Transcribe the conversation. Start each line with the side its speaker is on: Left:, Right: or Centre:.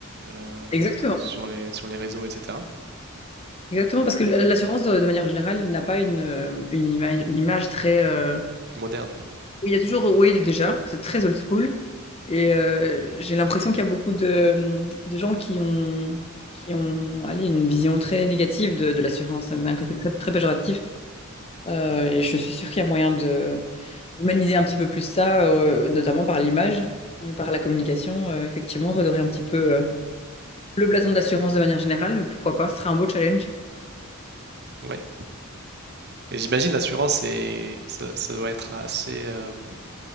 Right: euh,
Left: Exactement.
Right: sur les sur les réseaux etc.
Left: Exactement, parce que la- l'assurance, de de manière générale, n'a pas une, euh, une, image, une image très... euh,
Right: moderne
Left: Oui, il y a toujours... Oui, déjà, c'est très old school. Et euh, j'ai l'impression qu'il y a beaucoup de, de gens qui ont, qui ont allez, une vision très négative de, de l'assurance, hein, d'un côté très, très péjoratif. Euh, et je suis sûre qu'il y a moyen de humaniser un petit peu plus ça, euh, notamment par l'image, euh, par la communication. euh, effectivement, redorer un petit peu euh, le blason de l'assurance de manière générale, pourquoi pas, ce serait un beau challenge.
Right: Ouais. Et j'imagine l'assurance c'est ça, ça doit être assez euh,